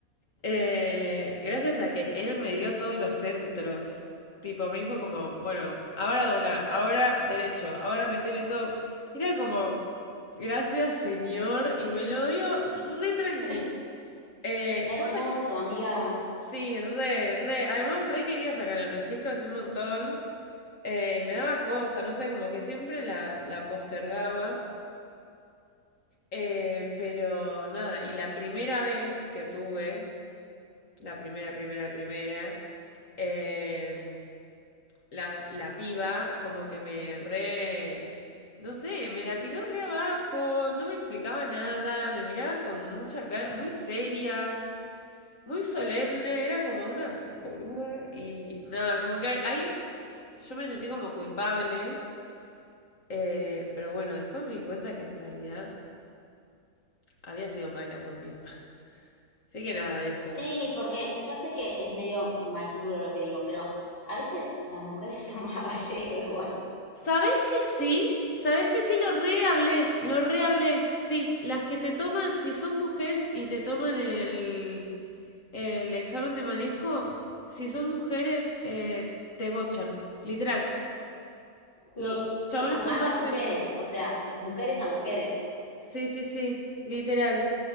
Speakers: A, on the left (about 60°); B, on the left (about 40°).
A: eh, gracias a que él me dio todos los centros. Tipo, me dijo como, bueno, ahora dobla, ahora derecho, ahora metele todo. Era como, gracias señor, y me lo dio re tranqui.
B: <laughs>
A: Eh,
B: Hermoso,
A: cosa,
B: amiga.
A: sí, re, re. Además, re quería sacar el registro hace un montón. Eh, y me daba cosa, no sé, como que siempre la, la postergaba. Eh, pero nada, y la primera vez que tuve, la primera, primera, primera, eh, la, la piba como que me re... No sé, me la tiró re abajo, no me explicaba nada, me miraba con mucha cara, muy seria, muy solemne, era como una boluda y nada, como que ahí yo me sentí como culpable Eh, pero bueno, después me di cuenta que en realidad había sido mala conmigo. <laughs> Así que nada de eso.
B: Sí, porque yo sé que es medio machirulo lo que digo, pero a veces las mujeres son <laughs> más yeguas.
A: ¿Sabés que sí? ¿Sabés que sí? Lo rehablé, lo rehablé. Sí, las que te toman, si son mujeres y te toman el, el examen de manejo, si son mujeres, eh, te bochan, literal.
B: Sí,
A: Los
B: sí,
A: chabones
B: a-
A: son
B: más
A: más
B: a mujeres,
A: tranquilos.
B: o sea, mujeres a mujeres.
A: Sí, sí, sí, literal.